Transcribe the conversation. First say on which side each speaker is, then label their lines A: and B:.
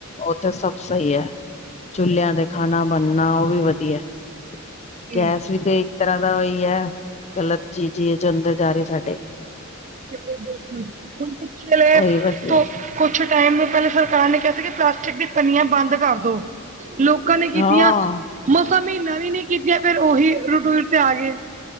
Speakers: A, on the left; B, on the right.
A: ਉੱਥੇ ਸ। ਸਹੀ ਹੈ। ਚੁੱਲਿਆ ਤੇ ਖਾਣਾ ਬਣਨਾ ਓ ਵੀ ਵਧੀਆ ਏ।
B: ਜੀ
A: ਗੈਸ ਵੀ ਤੇ ਇਸ ਤਰ੍ਹਾਂ ਦਾ ਹੀ ਹੈ। ਗਲਤ ਚੀਜ਼ ਹੀ ਜੋ ਅੰਦਰ ਜਾ ਰਹੀ ਸਾਡੇ।
B: ਬਿਲਕੁੱਲ ਬਿਲਕੁੱਲ ਹੁਣ ਪਿੱਛਲੇ
A: ਉਹੀ ਵਧੀਆ
B: ਤੋ ਕੁੱਛ ਟਾਈਮ ਪਹਿਲੇ ਸਰਕਾਰ ਨੇ ਕਿਹਾ ਸੀ। ਕਿ ਪਲਾਸਟਿਕ ਦੀ ਪੰਨੀਆਂ ਬੰਦ ਕਰ ਦੋ ਲੋਕਾਂ ਨੇ ਕੀਤੀਆਂ
A: ਹਾਂ
B: ਕ ਮਹੀਨਾ ਵੀ ਨਹੀਂ ਕੀਤੀਆ ਫੇਰ ਉਹੀ ਰਟੂਰ ਤੇ ਆ ਗਏ।